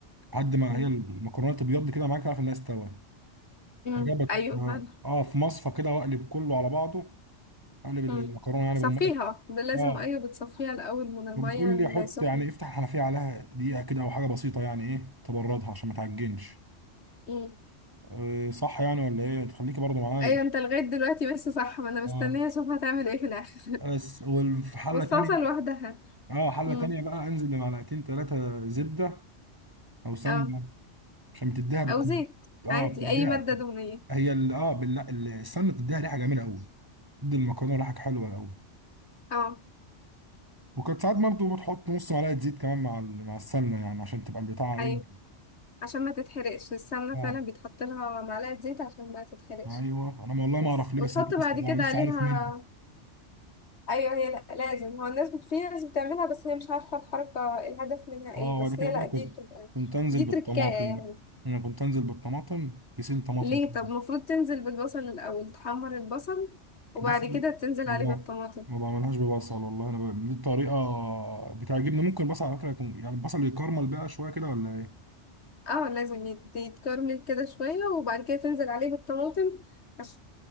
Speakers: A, on the right; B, on the left.
A: لحد ما
B: مم.
A: هي المكرونه تبيض كده معاك تعرف انها استوت
B: مم.
A: جابت
B: ايوه
A: اه
B: فعلا
A: آه، في مصفى كده واقلب كله على بعضه اقلب المكرونه
B: مم.
A: يعني
B: صفيها
A: بالميه
B: لازم
A: اه
B: ايوه بتصفيها الاول من الميه
A: وبتقول لي حط
B: السخنه
A: يعني افتح الحنفيه عليها دقيقه كده او حاجه بسيطه يعني ايه تبردها عشان ما تعجنش
B: مم.
A: آه، صح يعني ولا ايه تخليكي برضو معايا
B: ايوه انت لغايه دلوقتي بس صح ما انا مستنيه
A: اه
B: اشوف هتعمل ايه في الاخر <laughs>
A: بس وفي حله
B: والصلصه
A: تانية
B: لوحدها
A: اه حلة
B: مم.
A: تانية بقى انزل بمعلقتين ثلاثة زبدة او سمنة
B: اه
A: عشان بتديها بتكون
B: او زيت
A: اه
B: عادي
A: بتديها
B: اي ماده دهنيه
A: هي ال... اه بال... ال- السمنة بتديها ريحة جميلة قوي بتدي المكرونة ريحة حلوة قوي
B: اه
A: وكانت ساعات برضه بتحط نص معلقة زيت كمان مع ال... مع السمنة يعني عشان تبقى البتاعة ايه
B: ايوه عشان ما تتحرقش السمنه
A: اه
B: فعلا بيتحط لها معلقه زيت عشان ما تتحرقش
A: ايوه انا والله
B: بس
A: ما اعرف ليه
B: وتحط
A: بس انت
B: بعد
A: لسه بقى
B: كده
A: لسه
B: عليها
A: عارف مني
B: ايوه هي لا لازم هو الناس بت- في ناس بتعملها بس هي مش عارفه الحركه الهدف منها
A: اه
B: ايه بس
A: وبعد كده
B: هي
A: بقى
B: لا
A: كنت
B: دي بتبقى
A: كنت انزل
B: دي
A: بالطماطم
B: تركايه يعني
A: بقى انا كنت انزل بالطماطم كيسين طماطم
B: ليه
A: كده
B: طب المفروض تنزل بالبصل الاول تحمر البصل وبعد
A: بصل
B: كده تنزل
A: لا
B: عليه بالطماطم
A: ما بعملهاش ببصل والله انا ب... دي الطريقه بتعجبني ممكن بصل على فكره يكون يعني البصل يكرمل بقى شويه كده ولا ايه
B: اه لازم يت- يتكرمل كده شويه وبعد كده تنزل عليه بالطماطم عش-